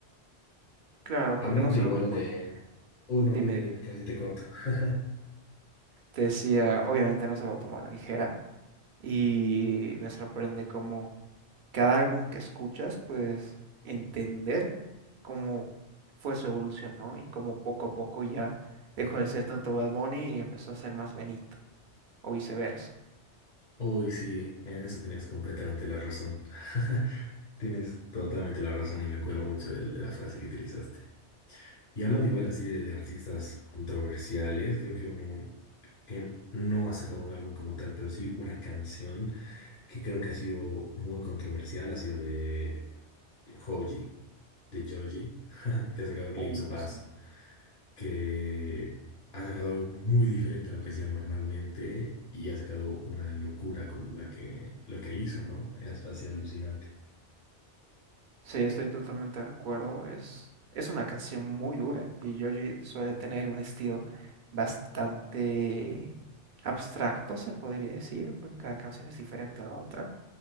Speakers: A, on the right; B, on the left.
A: Claro,
B: Hablando
A: porque no se
B: igual
A: lo toman.
B: de... Uy, no,
A: Dime,
B: dime, dime, casi te corto. <laughs>
A: te decía, obviamente no se lo toman a la ligera y me sorprende cómo cada álbum que escuchas, pues entender cómo fue su evolución, ¿no? Y cómo poco a poco ya dejó de ser tanto Bad Bunny y empezó a ser más Benito, o viceversa.
B: Uy, sí, en eso tienes completamente la razón. <laughs> Tienes totalmente la razón y me cuelo mucho del- de la frase que utilizaste. Y hablando igual así de, de artistas controversiales, creo que uno que no ha sacado un álbum como tal, pero sí una canción que creo que ha sido muy controversial, ha sido de Joji, de Joji, <laughs> que ha sacado Glimpse
A: Uy,
B: of Us,
A: sí.
B: que ha sacado algo muy diferente a lo que hacía normalmente y ha sacado una locura como la que, lo que hizo, ¿no? Es, ha sido alucinante.
A: Sí, estoy totalmente de acuerdo. Es, es una canción muy dura y Joji suele tener un estilo bastante abstracto, se podría decir, porque cada canción es diferente a la otra.